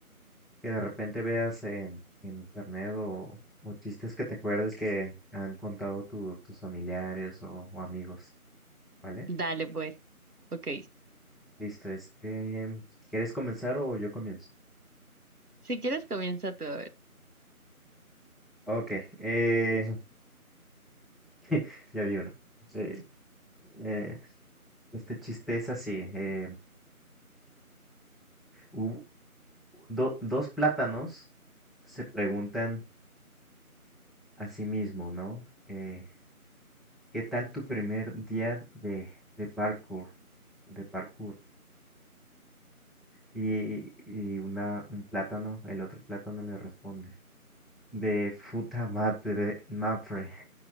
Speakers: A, in the centre; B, on the right.
A: que de repente veas en, en internet o, o chistes que te acuerdes que han contado tu- tus familiares o, o amigos, ¿vale?
B: Dale, pues, ok.
A: Listo, este, ¿quieres comenzar o yo comienzo?
B: Si quieres comienza tú a ver.
A: Ok, eh, <laughs> ya vi uno. Eh, eh, este chiste es así. eh, hu- do- dos plátanos se preguntan a sí mismo, ¿no? Eh, ¿qué tal tu primer día de, de parkour? De parkour. Y, y una, un plátano, el otro plátano le responde, de futa madre, mapre.